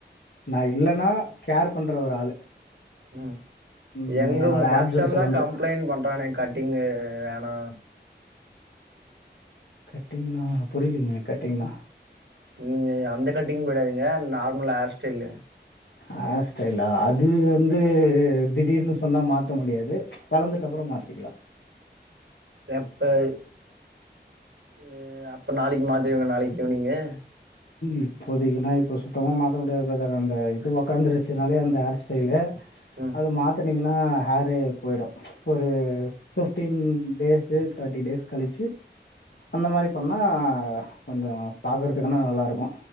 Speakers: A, on the left; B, on the right.
A: நா இல்லன்னா கேர் பண்ற ஒரு ஆளு
B: ம்
A: ம்
B: எங்க
A: என்னோட
B: உங்க மச்சாந்தா
A: ஆப்சன்ஸ வந்து
B: கம்ப்ளைண்ட் பண்றானே கட்டிங்கு வேணா
A: கட்டிங்னா புரிய்லீங்க கட்டிங்னா
B: நீங்க அந்த கட்டிங் போயிடாதீங்க நார்மல் ஹேர் ஸ்டைலு
A: ஹேர்ஸ்டைலா அது வந்து திடீர்னு சொன்னா மாத்த முடியாது வளந்துட்ட அப்றோ மாத்திகலா
B: செப்பல் அ அப்போ நாளைக்கு மாத்திவங்க நாளைக்கு ஈவனிங்கு
A: இப்போதைக்குன்னா இப்ப சுத்தமா மாத்த முடியாது ப்ரதர் அந்த இது உக்காந்துருச்சுனாலே அந்த ஹேர் ஸ்டைலு
B: ம்
A: அது மாத்துனிங்கன்னா ஹேரே போய்டு ஒரு ஃபிப்டீன் டேஸு தேர்ட்டி டேஸ் கழிச்சி அந்த மாரி பண்ணா கொஞ்சோ பாக்கறதுக் ஆனா நல்லாருக்கு